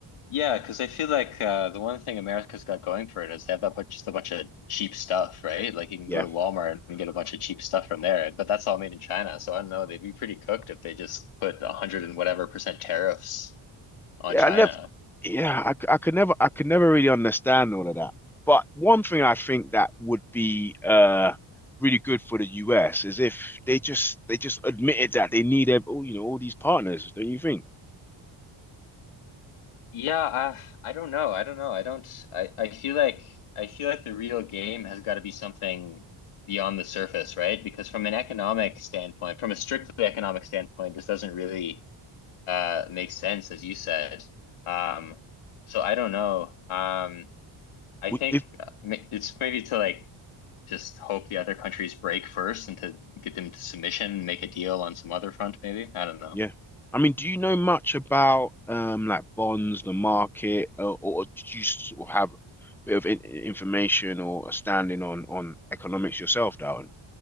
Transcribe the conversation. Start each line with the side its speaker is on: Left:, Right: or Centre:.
Left: yeah, because I feel like uh, the one thing America's got going for it is they have that bunch, just a bunch of cheap stuff, right? Like you can
Centre: yeah
Left: go to Walmart and get a bunch of cheap stuff from there, but that's all made in China. So I don't know, they'd be pretty cooked if they just put a hundred and whatever percent tariffs on
Centre: Yeah,
Left: China.
Centre: I never. Yeah, I, c- I could never. I could never really understand all of that. But one thing I think that would be uh really good for the US is if they just they just admitted that they need ev- all you know all these partners. Don't you think?
Left: Yeah, I I don't know. I don't know. I don't I, I feel like I feel like the real game has got to be something beyond the surface, right? Because from an economic standpoint, from a strictly economic standpoint, this doesn't really uh make sense, as you said. Um, so I don't know. Um, I
Centre: We-
Left: think
Centre: If
Left: uh, ma- it's maybe to like just hope the other countries break first and to get them to submission, make a deal on some other front, maybe. I don't know.
Centre: yeah, I mean, do you know much about um like bonds, the market, or, or do you sort of have a bit of in information or a standing on on economics yourself, Darwin?